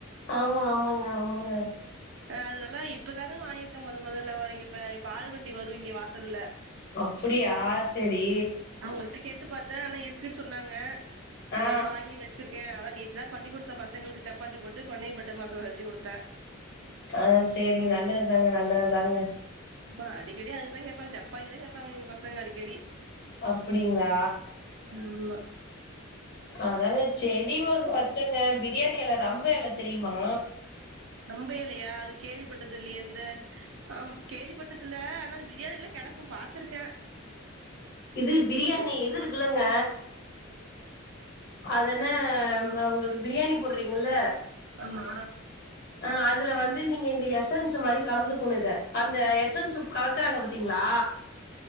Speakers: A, on the left; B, on the right.
A: ஆமா ஆமாங்க ஆமாங்க
B: <inaudible> அ அதுனால இப்பதாங்க வாங்கிருக்கேன் மொத மொதல்ல இங்க இப்ப இப்ப பால் வண்டி வரும் இங்க வாசல்ல
A: அப்டியா செரி
B: அவங்கள்ட்ட கேட்டு பாத்தே ஆனா இருக்குன்னு சொன்னாங்க
A: ஆ,
B: அதோட வாங்கி வ ச்சிருக்கேன் அதா நேத்து தா பண்ணி குடுத்தன் பசங்களுக்கு சப்பாத்தி போட்டு பன்னீர் பட்டர் மசாலா செஞ்சு குடுத்தேன்
A: ஆ செரிங்க நல்லதுதாங்க நல்லதுதாங்க
B: மா அடிக்கடி அதுதா கேப்பாங்க சப்பாத்தி தா கேப்பாங்க எங்க பசங்க அடிக்கடி
A: அப்டிங்களா
B: ஆமா
A: அதாங்க செடி ஒன்று வச்சங்க பிரியாணி எல ரம்ப எல தெரியுமா
B: ரம்ப எலயா அது கேள்விப்பட்டது இல்லையே இந்த ஆம் கேள்விப்பட்டதில்ல ஆனா பிரியாணி ல்லா கெடக்கும் பாத்துருக்கேன்
A: இது பிரியாணி இது இருக்குல்லங்க அத என்ன ம் அ உங்களுக்கு பிரியாணி போடுறீங்கல்ல
B: ஆமா
A: ஆன் அதுல வந்து நீங்க இந்த எஸ்என்ஸ் மாரி கலந்துகுணு இத அந்த எஸ்என்ஸ் கலக்கறாங்க பாத்தீங்களா